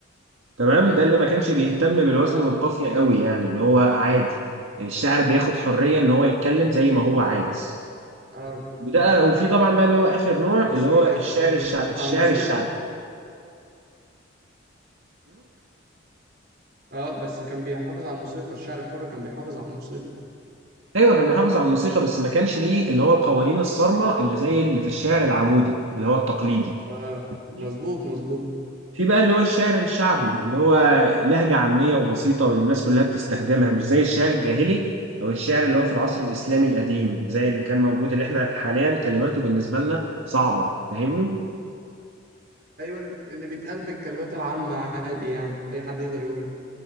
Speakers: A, on the right; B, on the right.
A: تمام ده اللي ما كانش بيهتم بالوزن
B: آه
A: والقافية قوي يعني اللي هو عادي الشاعر بياخد حرية إن هو يتكلم زي ما هو عايز
B: آه
A: وده وفي طبعا بقى اللي هو آخر نوع
B: بس
A: اللي هو
B: بي- كان
A: الشعر
B: ح- كان
A: الشع...
B: بيحافظ
A: الشعر
B: على موسيقى
A: الشعبي
B: آه بس كان بيحافظ على الموسيقى الشعر الحر كان بيحافظ على الموسيقى
A: ايوه كان بيحافظ على الموسيقى بس ما كانش ليه اللي هو القوانين الصارمه اللي زي اللي في الشعر العمودي اللي هو التقليدي
B: آه
A: فاهمني؟
B: مظبوط مظبوط
A: في بقى اللي هو الشعر الشعبي اللي هو لهجه عاميه وبسيطه واللي الناس كلها بتستخدمها مش زي الشعر الجاهلي او الشعر اللي هو في العصر الاسلامي القديم زي اللي كان موجود اللي احنا حاليا كلماته بالنسبه لنا صعبه فاهمني؟
B: أيوه اللي بيتقال بالكلمات العامة عادي يعني أي حد يقدر يقوله